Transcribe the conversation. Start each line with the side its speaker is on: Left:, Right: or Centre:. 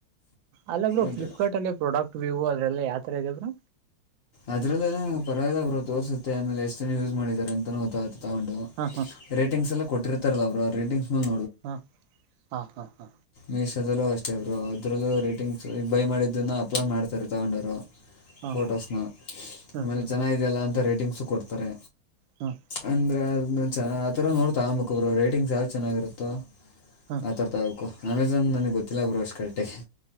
Right: ಅಲ್ಲಬ್ರ
Left: ಅದೇ
Right: ಫ್ಲಿಪ್ಕಾರ್ಟ್ ಅಲ್ಲಿ ಪ್ರಾಡಕ್ಟ್ ವಿವ್ ಅದೆಲ್ಲ ಯಾತರಗೆ ಬ್ರೋ.
Left: ಅದ್ರಲ್ಲ ಪರವಾಗಿಲ್ಲ ಬ್ರು ತೋರ್ಸುತ್ತೆ ಆಮೇಲೆ ಎಷ್ಟ ಜನ ಯೂಸ್ ಮಾಡಿದ್ದಾರೆ ಅಂತಾನ ಗೊತ್ತಾಗತ್ತೆ. ತಗೊಂಡು
Right: ಹಾ
Left: ರೇಟಿಂಗ್ಸ್ ಎಲ್ಲ ಕೊಟ್ಟಿರ್ತಾರಲ್ಲ ಬ್ರೋ ರೇಟಿಂಗ್ಸ್. ಮೇಲೆ
Right: ಹ್ಮ ಹ್ಞಾ ಹ್ಞಾ ಹ್ಞಾ.
Left: ಮಿಶೋದಲ್ಲೂ ಅಷ್ಟೇ ಬ್ರೋ ಅದ್ರಲ್ಲೂ ರೇಟಿಂಗ್ಸ್ ಈಗ ಬೈ ಮಾಡಿದ್ದನ್ನ ಅಪ್ಲೋಡ್ ಮಾಡ್ತಾರೆ ತೊಗೊಂಡೋರು.
Right: ಹಾ
Left: ಫೋಟೋಸ್ನ
Right: ಹಾ
Left: ಆಮೇಲೆ
Right: ಹಾ ಹ್ಮ್
Left: ಚೆನ್ನಾಗಿದೆಯಲ್ಲ ಅಂತ ರೇಟಿಂಗ್ಸು ಕೊಡ್ತಾರೆ.
Right: ಹ್ಮ್ ಹ್ಮ್
Left: ಅಂದ್ರೆ ಅದ ಚ ಆಥರ ನೋಡ್ ತುಗೊಂನ್ಬೇಕು ಬ್ರ ರೇಟಿಂಗ್ಸ್ ಯಾವ್ದ ಚೆನ್ನಾಗಿರುತ್ತೋ.
Right: ಹ್ಮ್
Left: ಆ ಥರ ತಗಬೇಕು ಅಮೆಜಾನ್ ನನಗ ಗೊತ್ತಿಲ್ಲ ಬ್ರ ಅಷ್ಟ ಕರೆಕ್ಟ್ ಆಗಿ